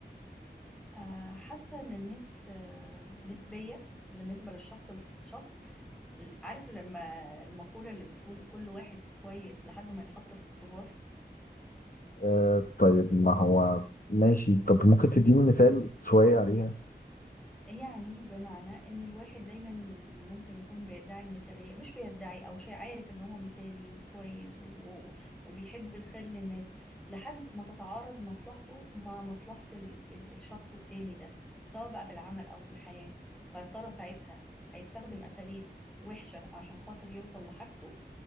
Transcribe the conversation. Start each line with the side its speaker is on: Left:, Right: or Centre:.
Centre: آه حاسه ان الناس آه نسبيه بالنسبه للشخص الشخص عارف لما المقوله اللي بتقول كل واحد كويس لحد ما يتحط في اختبار
Left: آه طيب ما هو ماشي طب ممكن تديني مثال شوية عليها
Centre: يعني بمعنى ان الواحد دايما ممكن يكون بيدعي المثالية مش بيدعي او شيء عارف ان هو مثالي وكويس و... وبيحب الخير للناس لحد ما تتعارض مصلحته مع مصلحة ال... ال... الشخص التاني ده سواء بقى في العمل او في الحياة فيا ترى ساعتها هيستخدم اساليب وحشة عشان خاطر يوصل لحاجته